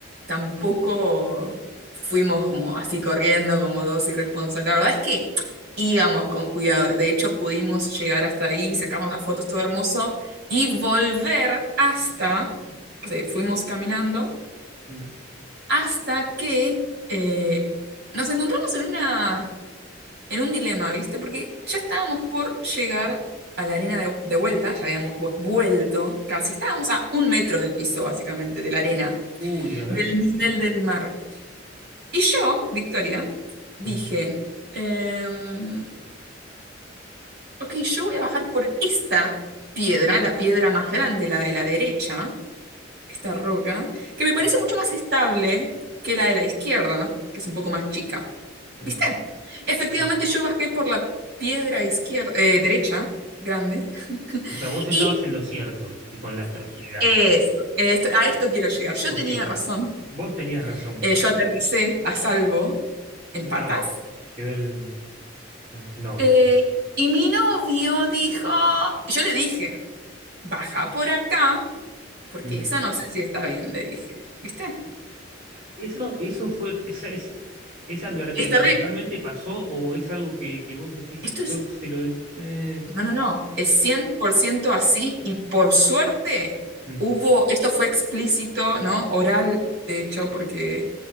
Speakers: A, on the right; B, on the right.
A: tampoco fuimos como así corriendo, como dos irresponsables. La verdad es que íbamos con cuidado. De hecho, pudimos llegar hasta ahí, sacarnos las fotos, todo hermoso, y volver hasta, o sea, fuimos caminando
B: Mm.
A: Hasta que eh, nos encontramos en una, en un dilema, ¿viste? Porque ya estábamos por llegar a la arena de, de vuelta, ya habíamos vu- vuelto casi, estábamos a un metro del piso, básicamente, de la arena,
B: Uy, a ver.
A: del nivel del mar. Y yo, Victoria,
B: Sí,
A: dije, em, ok, yo voy a bajar por esta piedra, la piedra más grande, la de la derecha, esta roca, que me parece
B: sí,
A: mucho más estable que la de la izquierda, que es un poco más chica.
B: mm,
A: ¿Viste? Efectivamente,
B: sí.
A: yo bajé por la piedra izquierda, eh, derecha, grande. <laughs>
B: O sea, vos estabas
A: Y
B: en lo cierto y con la estabilidad.
A: es- esto- a esto quiero llegar. Yo
B: Ok,
A: tenía razón.
B: vos tenías razón.
A: Eh, yo aterricé a salvo en patas.
B: Ah, quedó el, el novio.
A: Eh, y mi novio dijo, yo le dije, baja por acá, porque
B: Mm.
A: esa no sé si está bien, le dije. ¿Viste?
B: Eso, eso fue, esa, es esa advertencia,
A: Es terrible.
B: ¿realmente pasó o es algo que, que vos decís,
A: Esto es
B: yo se lo... di- eh,
A: No, no, no, es 100% así y por suerte
B: mm,
A: hubo, esto fue explícito, ¿no? Oral, de hecho, porque,